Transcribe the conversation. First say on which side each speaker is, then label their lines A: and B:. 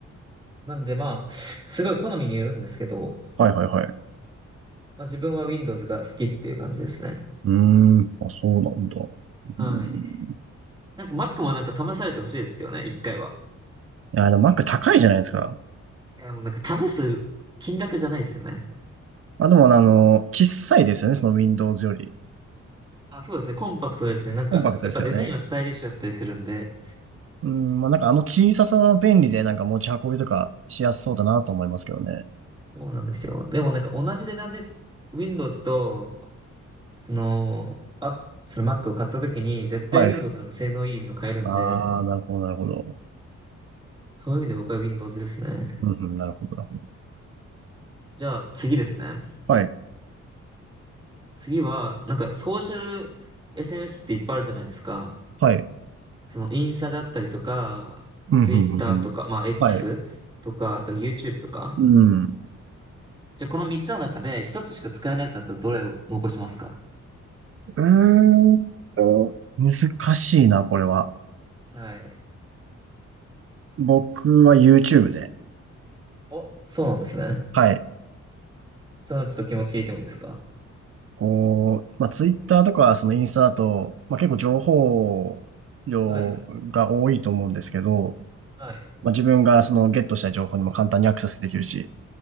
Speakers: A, on the right; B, on the right.
A: なんでまあ、すごい好みによるんですけど、
B: はいはいはい。
A: まあ自分は Windows が好きっていう感じですね。
B: うーん、あ、そうなんだ。
A: はい。
B: うんい
A: なんか Mac もなんか試されてほしいですけどね、一回は。
B: や、でも Mac 高いじゃないですか。
A: いや、もうなんか試す金額じゃないですよね。
B: あ、でもあの、小さいですよね、その Windows より。
A: あ、そうですね。コンパクトですね。なんか、
B: コンパクトですよね。
A: やっぱデザインはスタイリッシュだったりするんで。
B: うん、まあ、なんかあの小ささは便利で、なんか持ち運びとかしやすそうだなと思いますけどね。
A: そうなんですよ。でもなんか同じ値段で Windows と、その、あ、その Mac を買った時に、絶対
B: はい。
A: Windows の方が性能いいの買えるんで、
B: ああ、なるほど、なるほど。
A: そういう意味で僕は Windows ですね。
B: うん、うん、なるほど、なるほど。
A: じゃあ次ですね。
B: はい、
A: 次は、なんかソーシャル SNS っていっぱいあるじゃないですか。
B: はい。
A: そのインスタだったりとか、
B: うん、
A: Twitter
B: うん、うん、うん。
A: とか、まあ X
B: はい。
A: とか、あと YouTube とか。
B: うん。う
A: じゃあこの3つの中で1つしか使えないってなったらどれを残しますか
B: ーんと。難しいな、これは。
A: はい。
B: 僕は YouTube で。
A: お、そうなんですね。
B: はい。
A: そのちょっと気持ちいいてもいいですか
B: こう、まあ、ツイッターとか、そのインスタだと、まあ、結構情報量が多いと思うんですけど、
A: はい。はい。
B: まあ、自分がそのゲットした情報にも簡単にアクセスできるし、